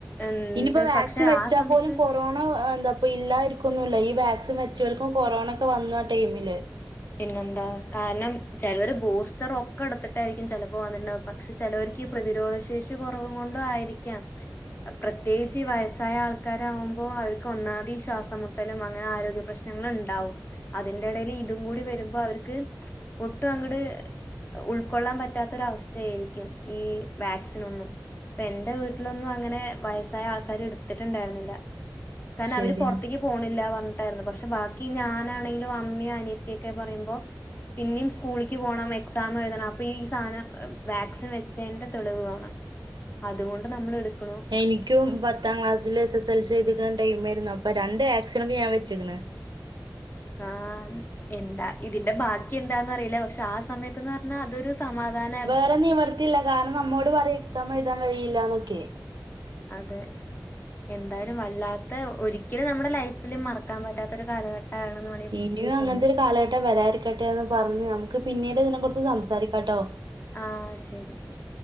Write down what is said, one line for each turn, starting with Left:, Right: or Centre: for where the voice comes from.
Left: ഇണ്ട്.
Right: ഇനിയിപ്പോ വാക്സിൻ
Left: പക്ഷെ
Right: വെച്ചാ
Left: ആ സമയത്ത്
Right: പോലും കോ കൊറോണ എന്താപ്പ ഇല്ലായിരിക്കൊന്നില്ല ഈ വാക്സിൻ വെച്ചവർക്കും കൊറോണ ഒക്കെ വന്നു ആ ടൈമില്
Left: പിന്നെന്താ കാരണം ചിലർ ബൂസ്റ്റർ ഒക്കെ എടുത്തിട്ടായിരിക്കും ചിലപ്പോ അതിന് പക്ഷെ ചെലോർക്ക് ഈ പ്രതിരോധ ശേഷി കുറവും കൊണ്ടും ആയിരിക്കാം പ്രത്യേകിച്ച് ഈ വയസ്സായ ആൾക്കാരാവുമ്പോ അവർക്ക് ഒന്നത് ഈ ശ്വാസംമു ട്ടലും അങ്ങനെ ആരോഗ്യ പ്രശ്നങ്ങൾ ഇണ്ടാവും അതിന്റെ ഇടയിൽ ഇതും കൂടി വരുമ്പോ അവർക്ക് ഒട്ടും അങ്ങട് ഉൾക്കൊള്ളാൻ പറ്റാത്തൊര് അവസ്ഥേയിരിക്കും ഈ വാക്സിനൊന്നും എന്റെ വീട്ടിലൊന്നും അങ്ങനെ വയസ്സായ ആൾക്കാര് എടുത്തിട്ടുണ്ടാരുന്നില്ല കാരണം
Right: ശരിയാ
Left: അവര് പുറത്തേക്ക് പോണില്ല പറഞ്ഞിട്ടായിരുന്നു പക്ഷെ ബാക്കി ഞാനാണെങ്കിലും അമ്മയും അനിയ ത്തിക്കെ പറയുമ്പോ പിന്നെയും സ്കൂളിലക്ക് പോകണം എക്സാം എഴുതണം അപ്പൊ ഈ സാധനം വാക്സിൻ വെച്ചയിൻ്റെ തെളിവ് വേണം അതുകൊണ്ട് നമ്മൾ എടുക്ക്ണു
Right: എനിക്കും പത്താം ക്ലാസ്സില് എസ് എസ് എൽ സി എഴുതിക്കണ ടൈം ആരുന്നു അപ്പൊ രണ്ട് വാക്സിനൊക്കെ ഞാൻ വെച്ച്ക്കിണ്
Left: ആഹ് എന്താ ഇതിന്റെ ബാക്കി എന്താന്ന്റിയില്ല പക്ഷെ ആ സമയത്ത്ന്ന് പറഞ്ഞാ അതൊരു സമാധാന
Right: വേറെ നിവർത്തില്ല കാരണം നമ്മോട് പറയും എക്സാം എഴുതാൻ കഴിയില്ലന്നൊക്കെ
Left: അതെ എന്തായാലും വല്ലാ ത്തെ ഒരിക്കലും നമ്മുടെ ലൈഫില് മറക്കാൻ പറ്റാത്ത ഒരു കാലഘട്ടം ആണെന്ന് മ
Right: ഇനിയും അങ്ങനത്തെ ഒരു കാലഘട്ടം വരാതിരിക്കട്ടെ എന്ന് പറഞ്ഞ് നമുക്ക് പിന്നീട് ഇതിനെ കുറിച്ച് സംസാരിക്കാട്ടോ
Left: ആഹ് ശരി ശരി